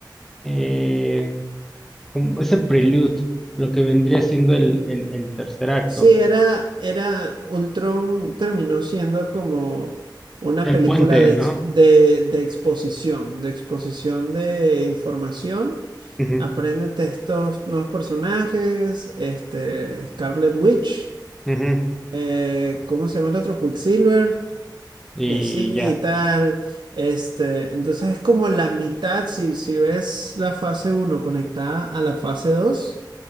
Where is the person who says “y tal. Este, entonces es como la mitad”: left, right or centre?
Right